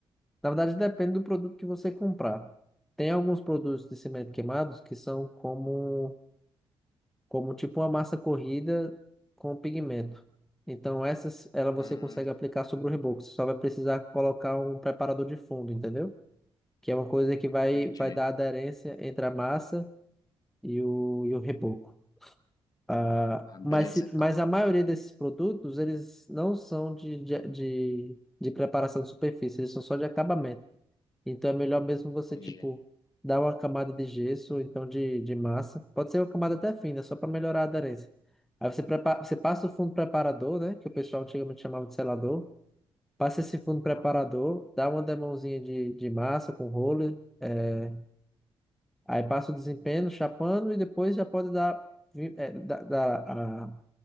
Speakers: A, in the centre; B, on the left.
A: Na verdade, depende do produto que você comprar. Tem alguns produtos de cimento queimados que são como como tipo uma massa corrida com pigmento. Então essas, ela você
B: Hum,
A: consegue aplicar sobre o reboco. Você só vai precisar colocar um preparador de fundo, entendeu? Que é uma coisa que vai,
B: entendi.
A: vai dar aderência entre a massa e o, e o reboco. Ah,
B: Ah, beleza,
A: mas, se-
B: então.
A: mas a maioria desses produtos, eles não são de, de, de, de preparação de superfície, eles são só de acabamento. Então é melhor mesmo você,
B: Entendi.
A: tipo, dar uma camada de gesso, ou então de, de massa. Pode ser uma camada até fina, só para melhorar a aderência. Aí você, prepara, você passa o fundo preparador, né? Que o pessoal antigamente chamava de selador. Passa esse fundo preparador,
B: Ah,
A: dá uma demãozinha de, de massa com roller. é, aí passa o desempenho, chapando, e depois já pode dar, vi- é, dar, dar, a-